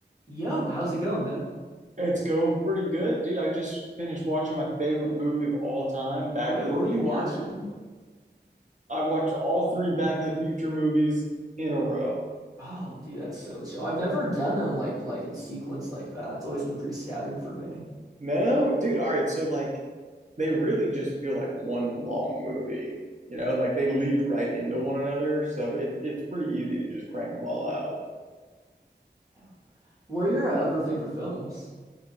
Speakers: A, on the right; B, on the right.
A: Yo, how's it going, man?
B: It's going pretty good, dude. I just finished watching my favorite movie of all time, Back
A: Wait,
B: to
A: what
B: the
A: were you
B: Future.
A: watching?
B: I watched all three Back to the Future movies in a row.
A: Oh, dude, that's so chill. I've never done them like like in sequence like that. It's always been pretty scattered for me.
B: No, dude. All right. So, like, they really just feel like one long movie. You know, like they lead right into one another. So it, it's pretty easy to just crank them all out.
A: Yeah. What are your uh, other favorite films?